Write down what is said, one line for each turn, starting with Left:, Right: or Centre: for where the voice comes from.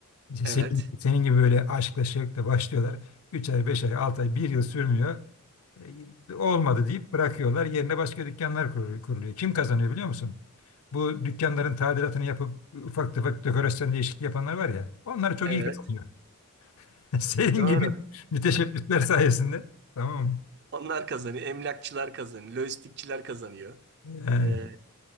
Left: İşte senin,
Right: evet,
Left: senin gibi böyle aşkla şevkle başlıyorlar. 3 ay, 5 ay, 6 ay, bir yıl sürmüyor. E, olmadı deyip bırakıyorlar. Yerine başka dükkanlar kurulu- kuruluyor. Kim kazanıyor biliyor musun? Bu dükkanların tadilatını yapıp ufak tefek dekorasyon değişikliği yapanlar var ya. Onlar çok
Right: evet.
Left: iyi kazanıyor. <laughs> Senin
Right: Doğru.
Left: gibi müteşebbisler sayesinde. Tamam mı?
Right: Onlar kazanıyor. Emlakçılar kazanıyor. Lojistikçiler kazanıyor.
Left: Yani.
Right: Ee,